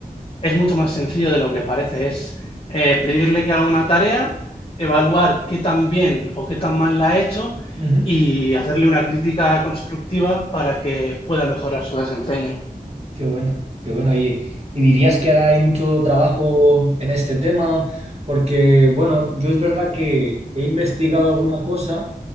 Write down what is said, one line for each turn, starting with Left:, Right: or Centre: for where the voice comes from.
Left: es mucho más sencillo de lo que parece. Es eh, pedirle que haga una tarea, evaluar qué tan bien o qué tan mal la ha hecho
Right: ujú.
Left: y hacerle una crítica constructiva para que pueda mejorar su desempeño.
Right: Qué bueno, qué bueno. Y, y dirías que ahora hay mucho trabajo en este tema, porque, bueno, yo es verdad que he investigado alguna cosa